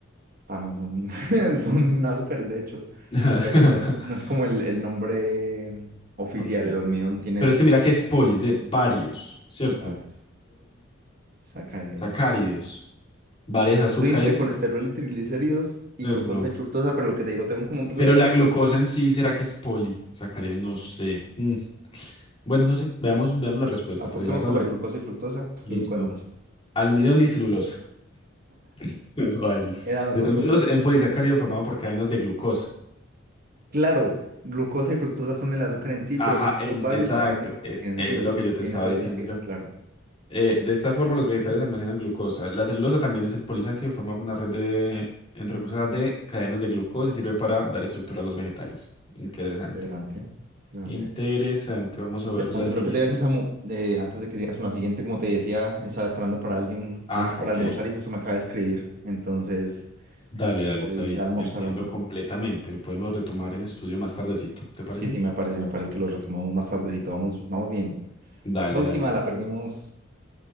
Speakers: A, on the right; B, on the left.
A: también son, <laughs> son azúcares, de hecho.
B: <laughs>
A: Pero no es, no es como el, el nombre oficial.
B: Ok.
A: El almidón tiene
B: Pero
A: otros
B: es que mira que es poli, es de varios, ¿cierto?
A: varios sacáridos.
B: Polisacáridos, varios azúcares,
A: Estoy entre colesterol y triglicéridos y
B: ¿cierto?
A: glucosa y fructosa, pero lo que te digo, tengo como un leve
B: Pero la
A: recuerdo.
B: glucosa en sí, ¿será que es polisacárido? No sé. Mm, Bueno, no sé. Veamos, veamos la respuesta,
A: Apostemos
B: porque la verdad
A: por
B: no.
A: la glucosa y fructosa
B: Listo.
A: y me cuentas.
B: Almidón y celulosa. <laughs> Rayos.
A: Eran los
B: De
A: otros.
B: los mismos en polisacárido formado por cadenas de glucosa.
A: Claro, glucosa y fructosa son el azúcar en sí,
B: Ajá,
A: pero si unimos
B: ens-
A: varios,
B: exacto.
A: hacemos el-
B: Es,
A: Tiene sentido,
B: eso es lo que yo te
A: tiene
B: estaba
A: todo
B: diciendo
A: el sentido,
B: yo.
A: claro.
B: Eh, de esta forma, los vegetales almacenan glucosa. La celulosa también es el polisacárido formado por una red de entre entrecruzadas de cadenas de glucosa y sirve para dar estructura a los vegetales. Interesante.
A: Interesante, interesante.
B: Interesante. Vamos
A: Interesante,
B: a ver la siguiente
A: pero ¿qué te voy a decir,
B: pregunta.
A: Samu? Eh, antes de que sigas con la siguiente, como te decía, estaba esperando para alguien,
B: Ah,
A: alguien para
B: ok.
A: almorzar y justo me acaba de escribir, entonces
B: Dale, dale,
A: voy
B: está bien.
A: ya a almorzaron.
B: Entiendo completamente. Podemos retomar el estudio más tardecito. ¿Te parece
A: Sí,
B: bien?
A: sí, me parece, me parece que lo retomamos más tardecito, vamos, vamos bien.
B: Dale,
A: Esta última
B: dale.
A: la perdimos